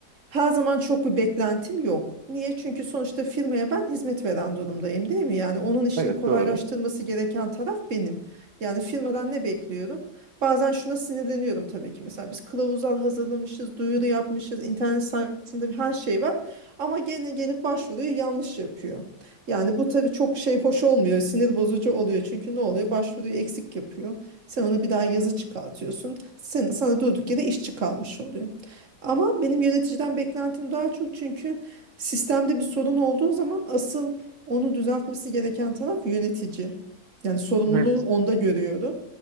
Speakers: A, on the right; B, on the right.
A: her zaman çok bir beklentim yok. Niye? Çünkü sonuçta firmaya ben hizmet veren durumdayım, değil mi? Yani onun işini
B: Evet
A: kolaylaştırması
B: doğru.
A: gereken taraf benim. Yani firmadan ne bekliyorum? Bazen şuna sinirleniyorum tabii ki. Mesela biz kılavuzlar hazırlamışız, duyuru yapmışız, internet sayfasında her şey var. Ama gene gelip başvuruyu yanlış yapıyor. Yani bu tabii çok şey hoş olmuyor, sinir bozucu oluyor. Çünkü ne oluyor? Başvuruyu eksik yapıyor. Sen ona bir daha yazı çıkartıyorsun. Sen, sana durduk yere iş çıkarmış oluyor. Ama benim yöneticiden beklentim daha çok çünkü sistemde bir sorun olduğu zaman asıl onu düzeltmesi gereken taraf yönetici. Yani sorumluluğu
B: Evet
A: onda görüyorum.